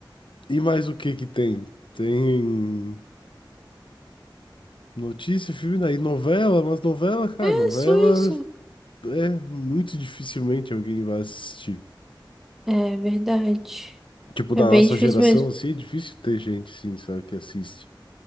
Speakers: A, on the left (about 80°); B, in the centre.
A: E mais o que que tem? Tem notícia, filme, aí novela, mas novela, cara,
B: É
A: novela
B: só isso.
A: é muito dificilmente alguém vai assistir.
B: É verdade.
A: Tipo,
B: É
A: da
B: bem
A: nossa
B: difícil
A: geração,
B: mesmo.
A: assim, é difícil ter gente, sim, sabe, que assiste.